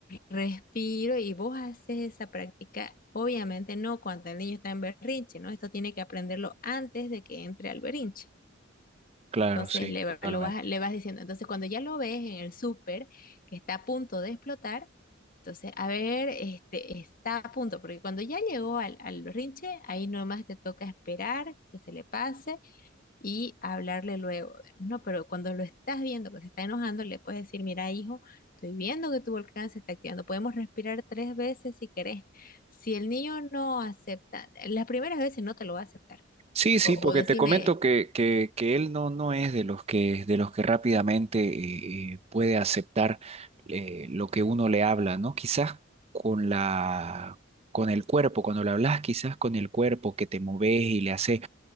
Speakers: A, on the left; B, on the right.
A: Respiro y vos haces esa práctica, obviamente no cuando el niño está en berrinche, ¿no? Esto tiene que aprenderlo antes de que entre al berrinche.
B: claro,
A: Entonces
B: sí,
A: le,
B: totalmente.
A: va- lo vas, le vas diciendo, entonces cuando ya lo ves en el súper que está a punto de explotar, entonces, a ver, este está a punto, porque cuando ya llegó al, al berrinche, ahí nomás te toca esperar que se le pase y hablarle luego, digamos, ¿no? Pero cuando lo estás viendo que se está enojando, le puedes decir, mira, hijo, estoy viendo que tu volcán se está activando, podemos respirar tres veces si querés. Si el niño no acepta, las primeras veces no te lo va a aceptar.
B: Sí, sí,
A: O,
B: porque
A: o decime,
B: te comento que, que, que él no, no es de los que, de los que rápidamente eh, puede aceptar eh, lo que uno le habla, ¿no? Quizás con la, con el cuerpo, cuando le hablas, quizás con el cuerpo que te moves y le haces